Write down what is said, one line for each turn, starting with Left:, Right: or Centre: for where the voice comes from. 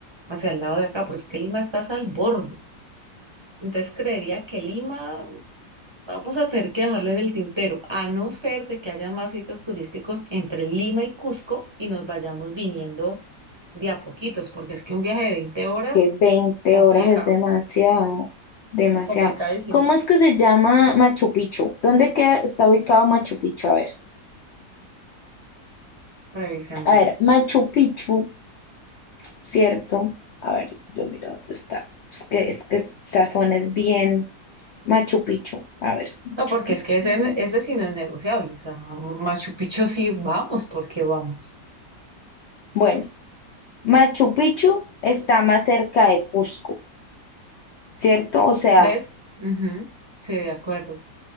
Right: hacia el lado de acá, porque es que Lima está al borde. Entonces creería que Lima Vamos a tener que dejarlo en el tintero, a no ser de que haya más sitios turísticos entre Lima y Cusco y nos vayamos viniendo de a poquitos, porque es que un viaje de 20 horas
Left: que veinte
Right: complica,
Left: horas es demasiado, demasiado.
Right: complicadísimo.
Left: ¿Cómo es que se llama Machu Picchu? ¿Dónde queda, está ubicado Machu Picchu? A ver,
Right: Revisémoslo.
Left: a ver, Machu Picchu, ¿cierto? A ver, yo miro dónde está. Es que, es que esa zona es bien Machu Picchu. A ver, Machu
Right: No, porque
Left: Picchu.
Right: es que ese, ese sí no es negociable. O sea, Machu Picchu sí vamos, porque vamos.
Left: Bueno, Machu Picchu está más cerca de Cusco, ¿cierto? O sea,
Right: ¿Ves? Ujú, Sí, de acuerdo.